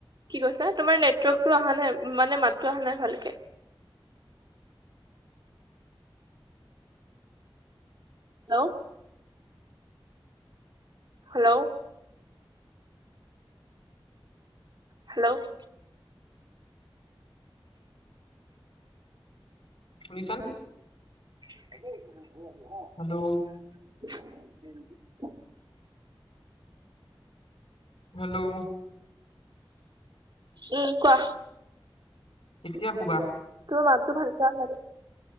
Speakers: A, on the right; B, on the left.
A: কি কৈছা? তোমাৰ নেটৱৰ্কতটো অহা নাই, মানে মাতো অহা নাই ভালকে। হেল্ল' হেল্ল' হেল্ল'
B: শুনিচানে?
A: <inaudible>
B: হেল্ল' হেল্ল
A: উম, কোৱা।
B: কেতিয়া শুবা?
A: মোৰ মানটো ভালকে আহা নাই,